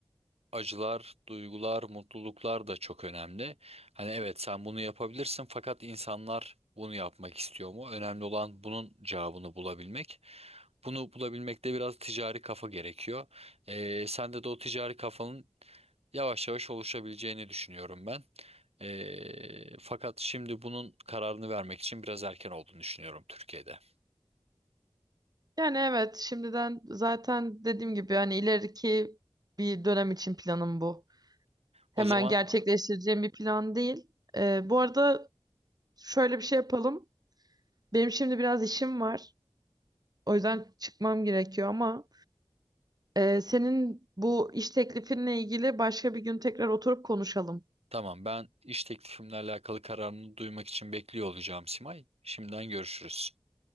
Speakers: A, on the right; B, on the right.
A: acılar, duygular, mutluluklar da çok önemli. Hani evet sen bunu yapabilirsin fakat insanlar bunu yapmak istiyor mu? Önemli olan bunun cevabını bulabilmek. Bunu bulabilmekte biraz ticari kafa gerekiyor. Eee sende de o ticari kafanın yavaş yavaş oluşabileceğini düşünüyorum ben. Ee, fakat şimdi bunun kararını vermek için biraz erken olduğunu düşünüyorum Türkiye'de.
B: Yani evet şimdiden zaten dediğim gibi hani ileriki bir dönem için planım bu. Hemen
A: O zaman
B: gerçekleştireceğim bir plan değil. Ee, bu arada şöyle bir şey yapalım. Benim şimdi biraz işim var. O yüzden çıkmam gerekiyor ama e, senin bu iş teklifinle ilgili başka bir gün tekrar oturup konuşalım.
A: tamam ben iş teklifimle alakalı kararını duymak için bekliyor olacağım Simay. Şimdiden görüşürüz.